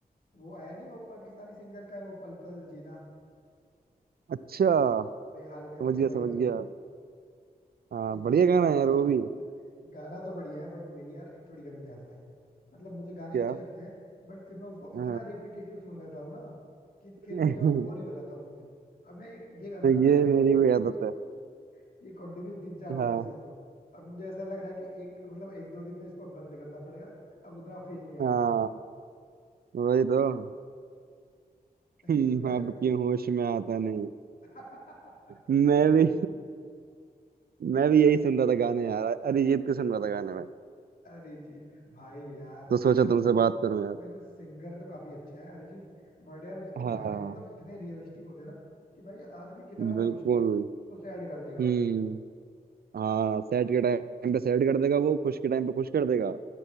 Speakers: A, on the left (about 60°); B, on the right (about 70°).
A: वो आया नहीं वो पाकिस्तानी सिंगर का वो पल पल जीना
B: अच्छा
A: बेहाल करके
B: समझ गया
A: वही
B: समझ
A: वाला
B: गया हाँ
A: इनफेक्ट
B: बढ़िया गाना
A: पता है
B: है यार
A: ना
B: वो भी
A: गाना तो बढ़िया है बट मेरी यार एक थोड़ी गंदी आदत है मतलब मुझे गाने
B: क्या
A: अच्छे लगते हैं बट फिर मैं उसको
B: अ,
A: इतना रिपीटेटिव सुन लेता हूँ ना कि फिर
B: <laughs>
A: मुझे वो बोर ही हो जाता हूँ उससे अब मैं ये ये गाना ना मतलब
B: ये मेरी
A: मैं कंटिन्यू
B: भी आदत है
A: ये कंटिन्यू तीन चार दिन
B: हाँ
A: से सुन रहा हूँ और मुझे ऐसा लग रहा है कि एक मतलब एक दो दिन में इसको अब बंद करना पड़ेगा अब उतना फील नहीं आ
B: हाँ
A: रहा
B: वही तो <laughs>
A: ऐसे
B: हम्म,
A: तुम क्या कर
B: अब
A: रहे हो
B: क्यों होश में आता नहीं
A: <laughs>
B: मैं
A: एक-
B: भी मैं भी यही सुन रहा था गाने यार अरिजीत के सुन रहा था गाने में
A: अरिजीत भाई यार
B: तो सोचा
A: मतलब
B: तुमसे
A: वो-
B: बात करूं यार
A: वैसे सिंगर तो काफी अच्छा है अरिजीत बट यार उसके
B: हाँ
A: गाने मतलब इतने रियलिस्टिक होते हैं ना कि भाई आदमी कितना भी
B: बिल्कुल
A: खुश हो उसको सैड कर देगा
B: हम्म
A: भाई वो
B: हाँ सैड के टाइम पे सैड कर देगा वो खुश के टाइम पे खुश कर देगा